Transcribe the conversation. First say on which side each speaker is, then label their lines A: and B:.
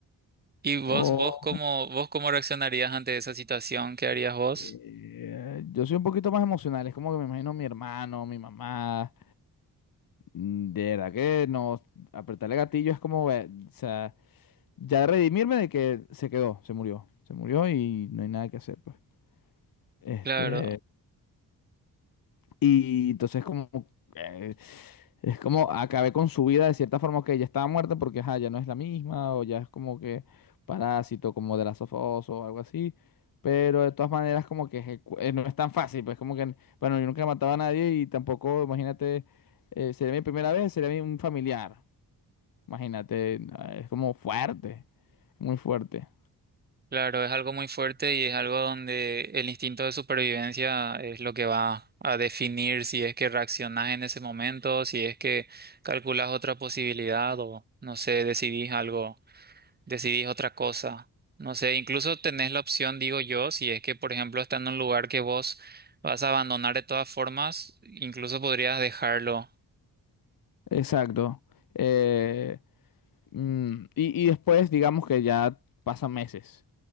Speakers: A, on the right; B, on the left.
A: ¿Y vos,
B: o
A: vos cómo, vos cómo reaccionarías ante esa situación? ¿Qué harías vos?
B: eh, yo soy un poquito más emocional, es como que me imagino a mi hermano, mi mamá, mm, de verdad que no, apretarle gatillo es como, eh, o sea, ya redimirme de que se quedó, se murió, se murió y no hay nada que hacer, pues. Este,
A: Claro.
B: Y entonces como eh, es como acabé con su vida de cierta forma que ya estaba muerta porque ajá, ya no es la misma o ya es como que parásito como de la of Us o algo así. Pero de todas maneras como que ejecu- eh, no es tan fácil, pues como que bueno, yo nunca he matado a nadie y tampoco, imagínate, eh, sería mi primera vez, sería mi- un familiar. Imagínate, no, es como fuerte, muy fuerte.
A: Claro, es algo muy fuerte y es algo donde el instinto de supervivencia es lo que va a definir si es que reaccionás en ese momento, si es que calculas otra posibilidad o no sé, decidís algo, decidís otra cosa. No sé, incluso tenés la opción, digo yo, si es que por ejemplo está en un lugar que vos vas a abandonar de todas formas, incluso podrías dejarlo
B: Exacto. Eh, mm, y, y después digamos que ya pasan meses.